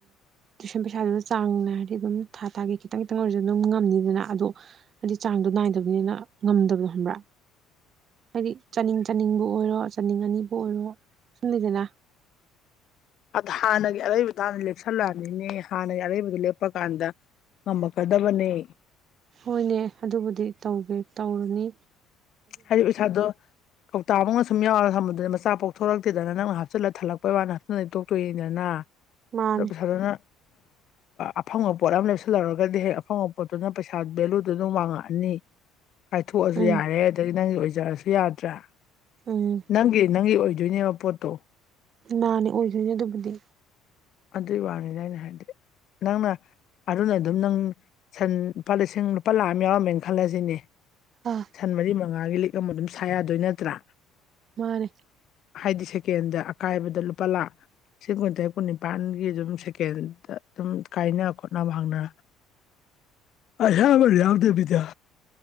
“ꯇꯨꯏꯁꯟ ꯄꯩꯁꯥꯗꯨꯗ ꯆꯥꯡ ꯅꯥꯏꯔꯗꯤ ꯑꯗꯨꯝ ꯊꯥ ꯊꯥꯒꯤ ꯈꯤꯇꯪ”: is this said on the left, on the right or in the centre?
Right